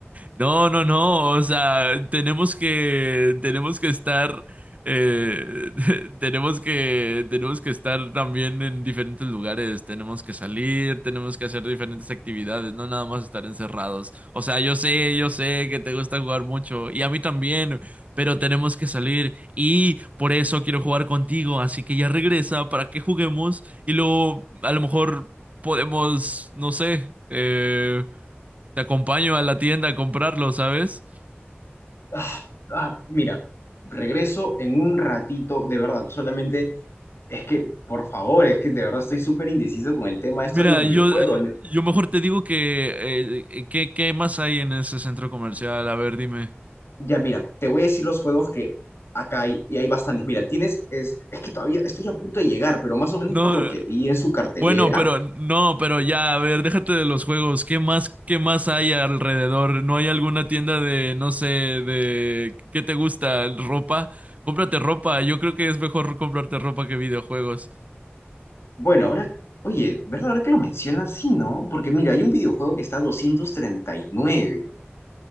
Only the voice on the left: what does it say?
Ah, ah, mira, regreso en un ratito, de verdad, solamente es que, por favor, es que de verdad estoy súper indeciso con el tema esto
de los videojuegos.
Ya, mira, te voy a decir los juegos que acá hay, y hay bastantes. Mira, tienes, es, es que todavía estoy a punto de llegar, pero más o menos
por lo que vi en su cartelera.
Bueno, ahora, oye, ¿verdad? Ahora que lo mencionas, sí, ¿no? Porque mira, hay un videojuego que está a 239.